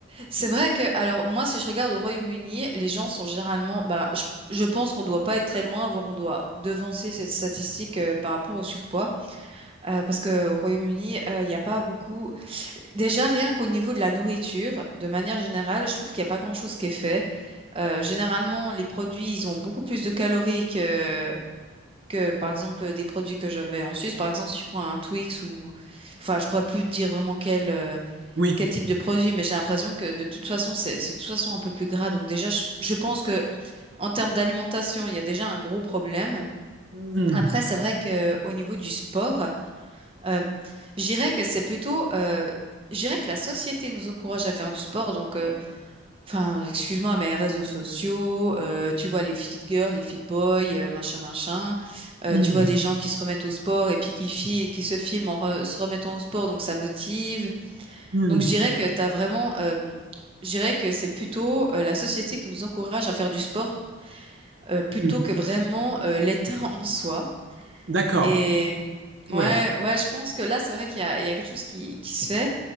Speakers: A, on the right; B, on the right.
A: C'est vrai que, alors moi, si je regarde au Royaume-Uni, les gens sont généralement, bah, je, je pense qu'on doit pas être très loin, voire on doit devancer cette statistique euh, par rapport au surpoids, euh, parce que au Royaume-Uni, il n'y a pas beaucoup. Déjà, rien qu'au niveau de la nourriture, de manière générale, je trouve qu'il n'y a pas grand-chose qui est fait. Euh, généralement, les produits, ils ont beaucoup plus de calories que, que, par exemple, des produits que j'avais en Suisse. Par exemple, si tu prends un Twix ou, enfin, je pourrais plus te dire vraiment quel, euh,
B: Oui.
A: quel type de produit, mais j'ai l'impression que de toute façon, c'est, c'est de toute façon un peu plus gras. Donc déjà, je, je pense que en termes d'alimentation, il y a déjà un gros problème.
B: Hmm.
A: Après, c'est vrai que au niveau du sport, euh, je dirais que c'est plutôt, euh, je dirais que la société nous encourage à faire du sport, donc. euh, Enfin, excuse-moi, mais réseaux sociaux, euh, tu vois les fit girls, les fit boys, euh, machin, machin. Euh,
B: Hmm.
A: tu vois des gens qui se remettent au sport et puis qui, fi- qui se filment en re- se remettant au sport, donc ça motive.
B: Hmm.
A: Donc je dirais que t'as vraiment, euh, je dirais que c'est plutôt euh, la société qui nous encourage à faire du sport euh, plutôt
B: Hmm.
A: que vraiment euh, l'État <laughs> en soi.
B: D'accord.
A: Et
B: Ouais.
A: ouais, ouais, je pense que là, c'est vrai qu'il y a, il y a quelque chose qui, qui se fait.